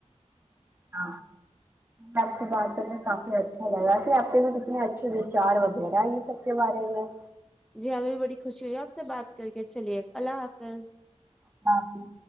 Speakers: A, on the right; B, in the centre.
A: ہ آپ سے بات کرکے کافی اچھا لگا کہ آپ کے بھی کتنے اچھے وچار وغیرہ ہے یہ سب کے بارے میں
B: جی ہمیں بھی بڑی خوشی ہوئی ہے آپ سے بات کر کے چلیے اللہ حافظ
A: اللہ حافظ